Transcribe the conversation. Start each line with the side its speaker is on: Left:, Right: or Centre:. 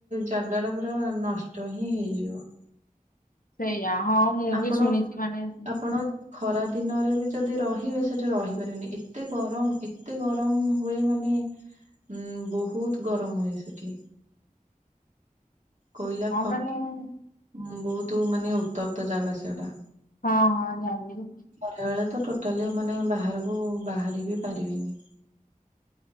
Right: ଜାଗା ଟା ପୁରା ନଷ୍ଟ ହିଁ ହେଇଯିବ।
Left: ସେଇଆ ହଁ ମୁଁ
Right: ଆପଣ
Left: ବି ଶୁଣିଛି ମାନେ
Right: ଆପଣ ଖରା ଦିନରେ ବି ଯଦି ରହିବେ ସେଠି ରହିପାରିବେନି ଏତେ ଗରମ ଏତେ ଗରମ ହୁଏ ମାନେ ଉଁ ବହୁତ ଗରମ ହୁଏ ସେଠି। କୋଇଲା ଖ
Left: ମାନେ ହଁ
Right: ବହୁତ ମାନେ ଉତ୍ତପ୍ତ ଜାଗା ସେଗଟା।
Left: ହଁ ହଁ ଜାଣିଲି।
Right: ଖରାବେଳେ ତ ଟୋଟାଲି ମାନେ ବାହାରକୁ ବାହାର ବି ପାରିବେନି।